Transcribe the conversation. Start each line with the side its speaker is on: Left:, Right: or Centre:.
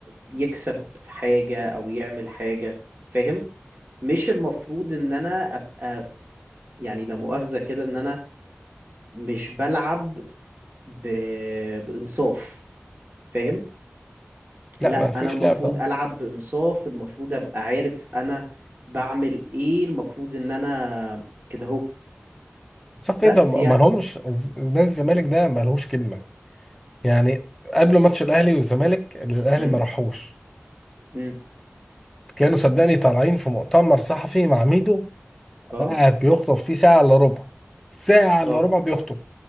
Right: يكسب حاجة او يعمل حاجة فاهم مش المفروض ان انا ابقى يعني لا مؤاخذة كده ان انا مش بلعب ب... بانصاف فاهم
Centre: لا
Right: لا
Centre: ما فيش
Right: انا المفروض
Centre: لعب طبعا
Right: العب بانصاف المفروض ابقى عارف انا بعمل ايه المفروض ان انا كده اهو
Centre: صف
Right: بس
Centre: ايه ده ما
Right: يعني
Centre: لهمش نادي الزمالك ده ما لهوش كلمه يعني قبل ماتش الاهلي والزمالك اللي الاهلي
Right: امم
Centre: ما راحوش
Right: امم
Centre: كانوا صدقني طالعين في مؤتمر صحفي مع ميدو
Right: اه
Centre: قاعد بيخطب فيه ساعه الا ربع ساعه الا
Right: اه
Centre: ربع بيخطب